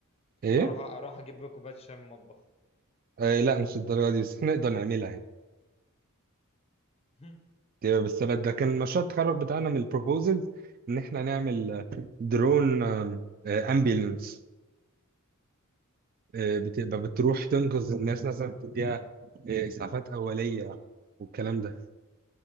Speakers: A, on the right (about 40°); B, on the left (about 25°).
A: ايه
B: اروح اروح اجيب كوبايه شاي من المطبخ
A: آه لا مش الدرجه دي بس احنا نقدر نعملها يعني
B: <laughs>
A: دي- بس بد- ده كان مشروع التخرج بتاعنا من البروبوزلز ان احنا نعمل آه، درون امبيلنس بتبقى بتروح تنقذ الناس مثلا بتديها آه، اسعافات اوليه والكلام ده